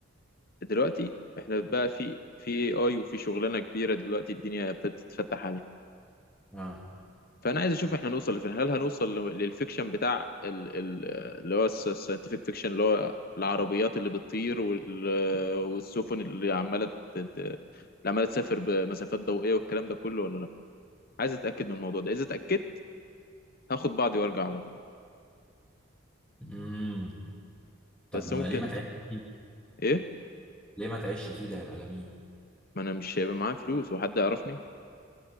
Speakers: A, on the left; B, in the centre.
A: دلوقتي احنا بقى في في اي اي وفي شغلانة كبيرة دلوقتي الدنيا ابتدت تتفتح عليها
B: اه
A: فانا عايز اشوف احنا هنوصل لفين هل هنوصل ل- للفيكشن بتاع ال- ال- اللي هو الساينتفك فيكشن اللي هو العربيات اللي بتطير وال- والسفن اللي عماله ت- ت- اللي عماله تسافر بمسافات ضوئيه والكلام ده كله ولا لا عايز اتاكد من الموضوع ده اذا اتاكدت هاخد بعضي وارجع على طول
B: امم طب
A: بس ممكن
B: ليه ما تعيش فيه
A: ايه
B: ليه ما تعيش فيه ده هيبقى جميل
A: ما انا مش هيبقى معايا فلوس وحد يعرفني